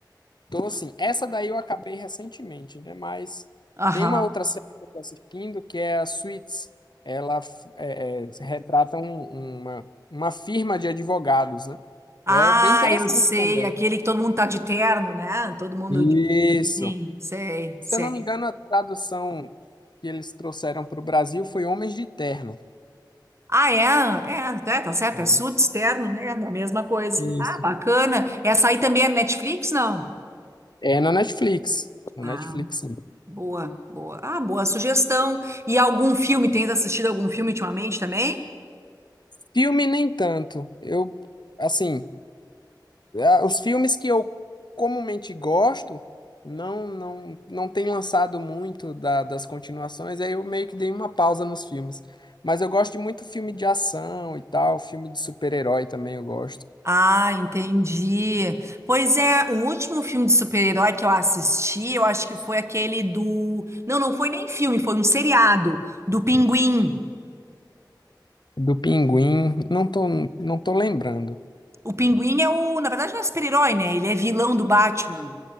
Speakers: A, on the left (about 70°); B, on the right (about 35°).
A: Então, assim, essa daí eu acabei recentemente, né? Mas
B: Aham.
A: tem uma outra série que eu tô assistindo que é a Suits. Ela f- é, é, retrata um- uma, uma firma de advogados, né?
B: Ah,
A: E é bem interessante
B: eu sei,
A: também.
B: aquele que todo mundo tá de terno, né? Todo mundo
A: Isso.
B: de... Sim, sei,
A: Se
B: sei.
A: eu não me engano, a tradução que eles trouxeram para o Brasil foi Homens de Terno.
B: Ah, é? É, é, tá certo,
A: É.
B: é suíte externo, é da mesma coisa.
A: Isso.
B: Ah, bacana. Essa aí também é Netflix, não?
A: É na Netflix. Na
B: Ah,
A: Netflix, sim.
B: boa, boa. Ah, boa sugestão. E algum filme, tens assistido algum filme ultimamente também?
A: Filme nem tanto. Eu, assim, a- os filmes que eu comumente gosto não não não tem lançado muito da- das continuações, aí eu meio que dei uma pausa nos filmes. Mas eu gosto de muito filme de ação e tal, filme de super-herói também eu gosto.
B: Ah, entendi. Pois é, o último filme de super-herói que eu assisti, eu acho que foi aquele do. Não, não foi nem filme, foi um seriado do Pinguim.
A: Do Pinguim, não tô, não tô lembrando.
B: O Pinguim é o. Na verdade, não é super-herói, né? Ele é vilão do Batman.